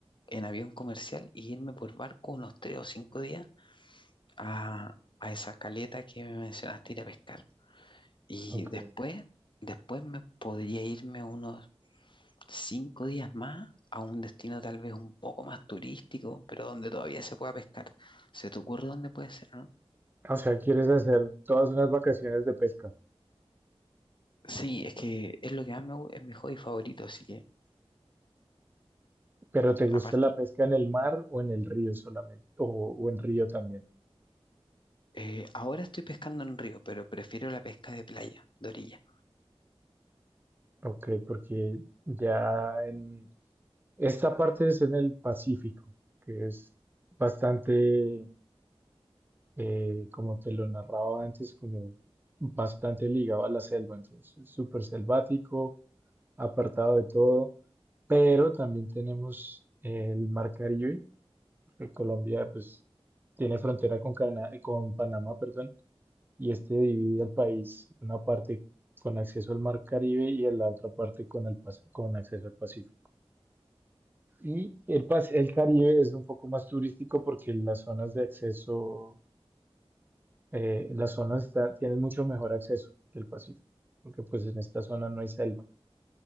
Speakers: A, on the left; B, on the right.
A: en avión comercial y irme por barco unos tres o cinco días a, a esa caleta que me mencionaste ir a pescar. Y
B: Ok.
A: después, después me podría irme unos cinco días más a un destino tal vez un poco más turístico, pero donde todavía se pueda pescar. ¿Se te ocurre dónde puede ser, no?
B: O sea, quieres hacer todas unas vacaciones de pesca,
A: Sí, es que es lo que más me gusta, es mi hobby favorito, así que
B: pero ¿te gusta
A: aparte,
B: la pesca en el mar o en el río solamente? O, o en río también.
A: eh, ahora estoy pescando en río, pero prefiero la pesca de playa, de orilla.
B: Ok, porque ya en Esta parte es en el Pacífico, que es bastante, eh, como te lo narraba antes, como bastante ligado a la selva, entonces es súper selvático, apartado de todo, pero también tenemos eh, el Mar Caribe, porque Colombia pues tiene frontera con Cana- con Panamá, perdón, y este divide el país, una parte con acceso al Mar Caribe y la otra parte con el pas- con acceso al Pacífico. Y el, pas- el Caribe es un poco más turístico porque las zonas de acceso, eh, las zonas está- tienen mucho mejor acceso que el Pacífico, porque pues en esta zona no hay selva.